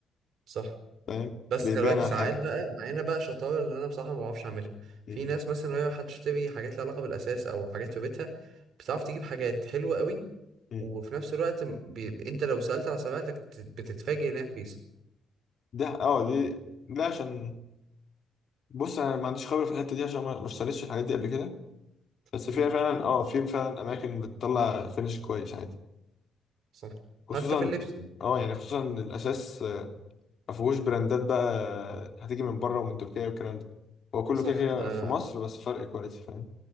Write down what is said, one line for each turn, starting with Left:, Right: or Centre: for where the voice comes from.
Right: صح
Left: فاهم
Right: بس
Left: بيبان
Right: خلي بالك
Left: على
Right: ساعات
Left: حاجه
Right: بقى معانا بقى شطاره اللي انا بصراحه ما بعرفش اعملها
Left: مم.
Right: في ناس مثلا وهي هتشتري حاجات لها علاقه بالاساس او حاجات في بيتها بتعرف تجيب حاجات حلوه قوي
Left: مم.
Right: وفي نفس الوقت م- بي... انت لو سالت على سبائك بتتفاجئ انها رخيصه
Left: ده اه دي ده عشان بص انا ما عنديش خبره في الحته دي عشان ما ما اشتريتش الحاجات دي قبل كده بس
Right: مم.
Left: فيها فعلا اه في فعلا اماكن بتطلع فينش كويس عادي
Right: صح
Left: خصوصا
Right: حتى في اللبس يعني.
Left: اه يعني خصوصا إن الاساس آه، ما فيهوش براندات بقى هتيجي من بره ومن تركيا والكلام ده هو كله
Right: صح
Left: كده كده
Right: ده
Left: في مصر بس فرق كواليتي فاهم